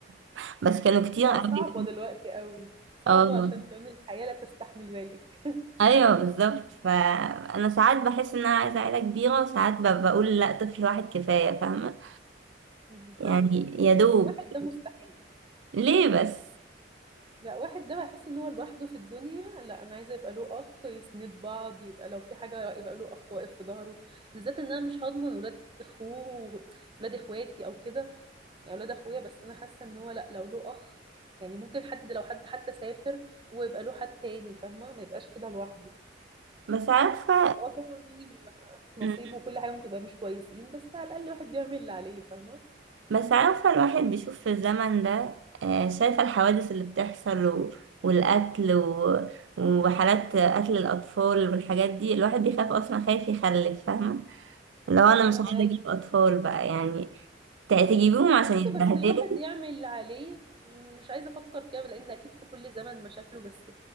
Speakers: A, on the right (about 75°); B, on the right (about 25°).
A: <laughs> بس كانوا كتير
B: لا
A: قوي
B: صعبة دلوقتي قوي صعبة
A: اه
B: عشان كمان الحياة لا تستحمل ذلك <laughs>
A: ايوه بالظبط فانا ساعات بحس ان انا عايزه عيله كبيره وساعات ب- بقول لا طفل واحد كفايه فاهمه
B: بالظبط
A: يعني يا دوب
B: لا، واحد ده مستحيل
A: ليه بس
B: لا واحد ده هيحس ان هو لوحده في الدنيا لا انا عايزة يبقى له اخ يسند بعض يبقى لو في حاجة يبقى له اخ واقف في ظهره بالذات ان انا مش هضمن ولاد اخوه ولاد اخواتي او كده يعني ولاد اخويا بس انا حاسة ان هو لا لو له اخ يعني ممكن حد لو حد حتى سافر هو يبقى له حد تاني فاهمة ما يبقاش كده لوحده
A: بس عارفه
B: هو طبعا يعني نصيب
A: مم.
B: وكل حاجة ممكن يبقى مش كويسين بس على الأقل الواحد بيعمل اللي عليه فاهمة
A: بس عارفة الواحد بيشوف في الزمن ده آه، شايفة الحوادث اللي بتحصل و... والقتل و... وحالات قتل الأطفال والحاجات دي الواحد بيخاف أصلا خايف يخلف فاهمة لو أنا
B: أنا
A: مش عايزة
B: معاكي
A: أجيب أطفال بقى يعني ت- تجيبيهم عشان
B: معاكي
A: يتبهدلوا
B: بس الواحد يعمل اللي عليه مش عايزة أفكر كده لأن أكيد في كل زمن مشاكله بس